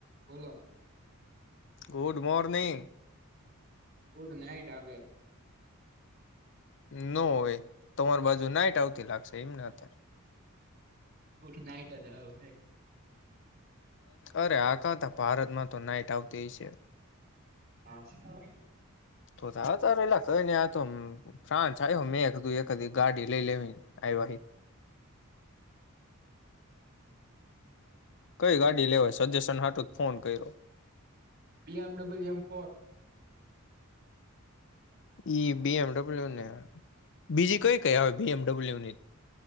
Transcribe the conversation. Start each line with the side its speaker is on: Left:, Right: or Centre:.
Right: બોલો
Left: good morning
Right: good ન નાઈટા આવે
Left: ન હોય તમાર બાજુ નાઈટ આવતી લાગશે એમને અત્યારે
Right: ઉઠ નાઈટ હોય હવે
Left: અરે આ કાતા ભારતમાં તો નાઈટ આવતી છે.
Right: હા સર
Left: તો ત એેલા કઈ ને આતો ફ્રાન્સ આ મેં એક એકધી ગાડી લઈ લેવી આઈ વાહિત કઈ ગાડી લેવાય સજેશન હાટું ફોન કર્યો
Right: B M W M four
Left: ઈ બીએમડબલ્યુ ને બીજી કઈ કઈ આવે બીએમડબલ્યુની